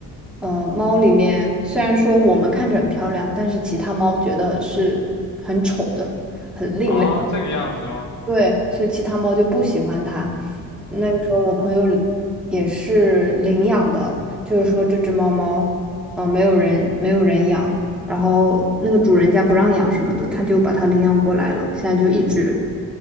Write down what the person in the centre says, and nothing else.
呃，猫里面虽然说我们看着很漂亮，但是其他猫觉得是很丑的、很另类。
对，所以其他猫就不喜欢它。那个时候我朋友
也是领养的，就是说这只猫猫，嗯、没有人没有人养，然后那个主人家不让养什么的，他就把它领养过来了，现在就一直